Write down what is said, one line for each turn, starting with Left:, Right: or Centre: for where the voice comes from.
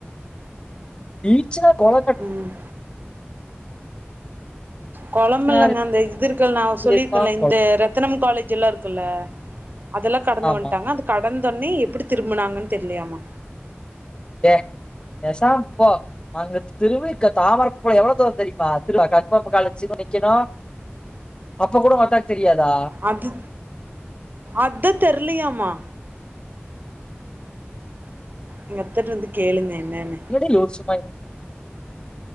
Left: ஈச்சனாரி கொள
Right: ம் கொளமில்லங்க
Left: ஈச்சனாரி
Right: அந்த இதுருக்குல்ல நா
Left: தீர்த்தா
Right: சொல்லிருக்கல்ல இந்த
Left: கொல
Right: ரத் தனம் காலேஜ் எல்லா இருக்குல்ல அதெல்லா கடந்து
Left: ஆமா
Right: வந்ட்டாங்க அந்த கடந்தோன்னே எப்டி திரும்பினாங்கன்னு தெர்லயாமா
Left: ஏ பேசாம போ அங்க திருவைக தாமரப்பூல எவ்வளோ தூர தெரியுமா <unintelligible> நிக்கணு அப்போ கூட ஓ அத்தாக்கு தெரியாதா
Right: அது அதா தெர்லையாமா எங்க அத்தாட்ட வந்து கேளுங்க என்னன்னு
Left: என்னடி லூசு மாயி